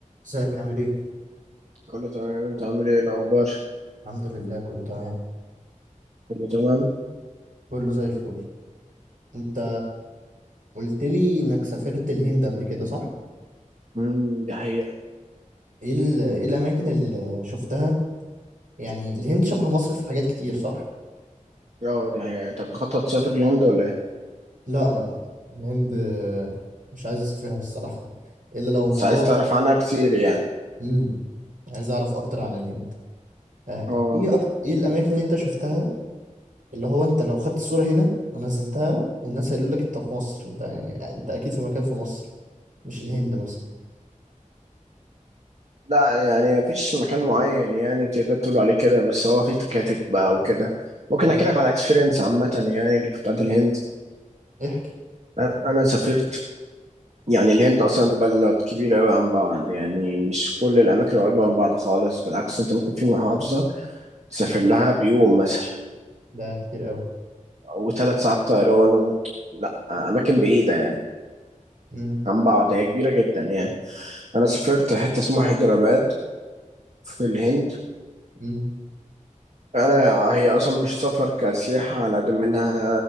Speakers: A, on the right (about 75°); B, on the right (about 60°).
A: ازيك عامل ايه؟
B: كله تمام انت عامل ايه الاخبار
A: الحمد لله كله تمام
B: كله تمام
A: كله زي الفل انت قلت لي انك سافرت الهند قبل كده صح؟
B: امم دي حقيقة
A: ايه ال... ايه الاماكن اللي شفتها؟ يعني الهند شبه مصر في حاجات كتير صح؟
B: اه دي حقيقة انت بتخطط تسافر الهند ولا ايه
A: لا لا الهند مش عايز اسافرها الصراحة الا لو
B: بس
A: موضوع
B: عايز تعرف عنها كتير يعني
A: امم عايز اعرف اكتر عن الهند آه.
B: اه
A: ايه أكتر... ايه الاماكن اللي انت شفتها اللي هو انت لو خدت الصورة هنا ونزلتها الناس هيقولوا لك انت في مصر انت يعني انت اكيد في مكان في مصر مش الهند مثلا
B: لا يعني مفيش مكان معين يعني تقدر تقول عليه كده بس هو في تكاتك بقى وكده ممكن
A: مم.
B: احكي لك على اكسبيرينس عامة يعني اللي بتاعت الهند
A: احكي
B: انا انا سافرت يعني الهند اصلا بلد كبيرة قوي عن بعض يعني مش كل الاماكن قريبة من بعض خالص بالعكس انت ممكن في محافظة تسافر لها بيوم مثلا
A: ده كتير قوي
B: وثلاث ساعات طيران و... لا أماكن بعيدة يعني
A: مم.
B: عن بعض هي كبيرة جدا يعني أنا سافرت حتة اسمها حيدراباد في الهند
A: مم.
B: أنا هي أصلا مش سفر كسياحة على قد ما إنها